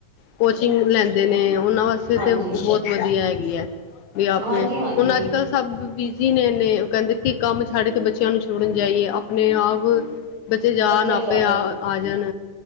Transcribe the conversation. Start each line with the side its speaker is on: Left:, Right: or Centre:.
Left: ਕੋਚਿੰਗ ਲੈਂਦੇ ਨੇ ਉਹਨਾਂ ਵਾਸਤੇ
Right: ਹਾਂਜੀ
Left: ਤਾਂ ਬਹੁਤ ਵਧੀਆ ਹੈਗੀ ਹੈ ਬਾਈ ਆਪਣੇ
Right: ਹਾਂਜੀ ਹਾਂਜੀ
Left: ਹੁਣ ਅੱਜ ਕੱਲ ਸਭ ਬਿਜ਼ੀ ਨੇ ਇਨੇ ਕਹਿੰਦੇ ਕੀ ਕੰਮ ਛੱਡ ਕੇ ਬੱਚਿਆਂ ਨੂੰ ਛੋੜਨ ਜਾਈਏ ਆਪਣੇ ਆਪ ਜਾਨ
Right: ਬੱਚਾ
Left: ਆਪੇ
Right: ਜਾਵੇ
Left: ਆ ਜਾਣ